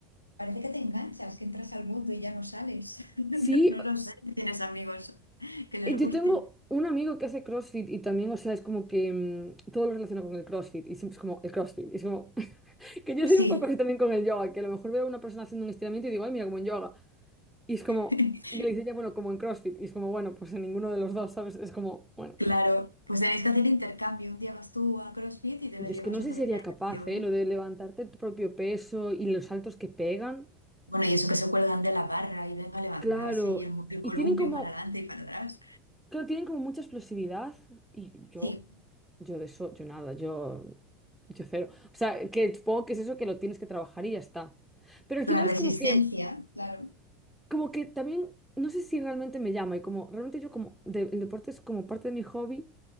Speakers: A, on the left; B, in the centre.
A: Parece que te enganchas, que entras al mundo y ya no sales. <laughs> No,
B: Sí,
A: no lo sé. ¿Tienes amigos que les
B: eh, yo
A: guste?
B: tengo un amigo que hace CrossFit y también, o sea, es como que mm, todo lo relaciona con el CrossFit y siempre es como el CrossFit. Y es como <laughs> que yo
A: Sí,
B: soy un poco así también con el yoga, que a lo mejor veo a una persona haciendo un estiramiento y digo, ay, mira, como en yoga. Y es como,
A: <laughs>
B: y le dice ya, bueno, como en CrossFit. Y es como, bueno, pues en ninguno de los dos, ¿sabes? Es como, bueno.
A: claro. Pues tenéis que hacer intercambio. Un día vas tú a CrossFit y te
B: Yo
A: lo llevas
B: es que no
A: otro
B: sé si sería
A: día
B: capaz,
A: a yoga.
B: ¿eh? Lo de levantarte tu propio peso y los saltos que pegan.
A: Bueno, y eso que se cuelgan de la barra y venga a levantarse
B: Claro,
A: y el, mu- el
B: y
A: columpio
B: tienen como,
A: para adelante y para atrás.
B: claro, tienen como mucha explosividad y yo,
A: Sí,
B: yo de eso, yo nada, yo, yo cero. O sea, que supongo que es eso que lo tienes que trabajar y ya está. Pero al
A: la
B: final es
A: resistencia,
B: como que,
A: claro.
B: como que también, no sé si realmente me llama y como, realmente yo como, de- el deporte es como parte de mi hobby,